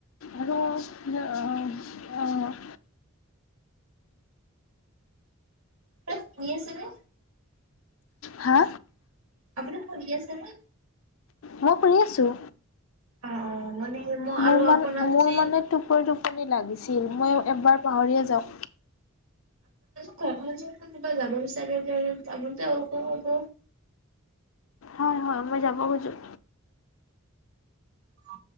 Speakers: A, on the left; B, on the right.
A: আৰু অ', অ'।
B: এ শুনি আছেনে?
A: হা?
B: আপুনি শুনি আছেনে?
A: মই শুনি আছোঁ।
B: অ', মানে মই
A: মোৰ
B: আৰু
A: মান,
B: আপোনাক
A: মোৰ
B: যে
A: মানে টোপনি টোপনি লাগিছিল মই এবাৰ পাহৰিয়ে যাওঁ।
B: ঘৰ কোনোবা যাব বিচাৰিল তামোতে আৰুকো হ'ব।
A: হয়, হয় মই যাব খোজোঁ।
B: <unintelligible>